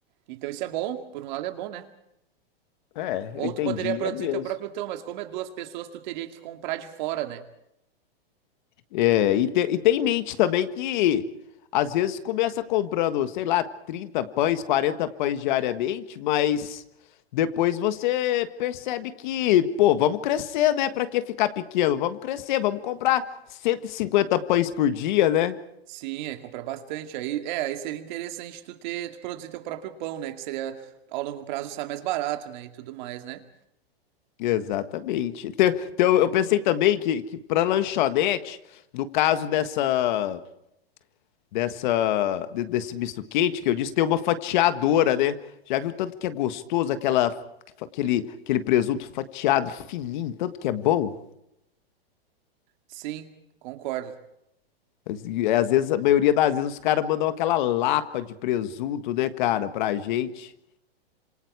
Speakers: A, on the right; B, on the left.
A: Então isso é bom, por um lado é bom, né?
B: É,
A: Ou
B: eu entendi,
A: tu poderia produzir
B: é mesmo.
A: teu próprio pão, mas como é duas pessoas, tu teria que comprar de fora, né?
B: É, e, te- e tem em mente também que às vezes começa comprando, sei lá, 30 pães, 40 pães diariamente, mas depois você percebe que, pô, vamos crescer, né? Pra que ficar pequeno? Vamos crescer, vamos comprar 150 pães por dia, né?
A: Sim, aí comprar bastante. Aí, é, aí seria interessante tu ter, tu produzir teu próprio pão, né? Que seria ao longo prazo sai mais barato, né? E tudo mais, né?
B: Exatamente. Então, então eu pensei também que, que para lanchonete, no caso dessa. dessa de- desse misto quente que eu disse, tem uma fatiadora, né? Já viu tanto que é gostoso aquela aquele aquele presunto fatiado fininho, tanto que é bom?
A: Sim, concordo.
B: Mas, e, é, Às vezes, a maioria das vezes os caras mandam aquela lapa de presunto, né, cara, pra gente.